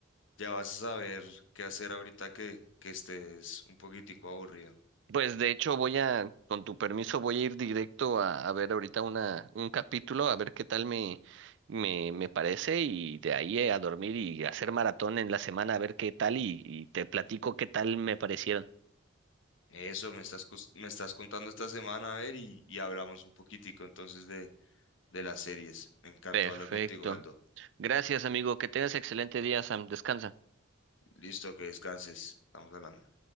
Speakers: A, on the left (about 70°); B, on the right (about 60°).
A: ya vas a saber qué hacer ahorita que, que estés un poquitico aburrido.
B: Pues de hecho voy a, con tu permiso, voy a ir directo a, a ver ahorita una, un capítulo, a ver qué tal me, me, me parece y de ahí eh, a dormir y hacer maratón en la semana, a ver qué tal y, y te platico qué tal me parecieron.
A: Eso me estás, cos- me estás contando esta semana, a ver, y, y hablamos un poquitico entonces de, de las series. Me encantó
B: Perfecto.
A: hablar contigo, Aldo.
B: Gracias, amigo. Que tengas excelente día, Sam. Descansa.
A: Listo, que descanses. Estamos hablando.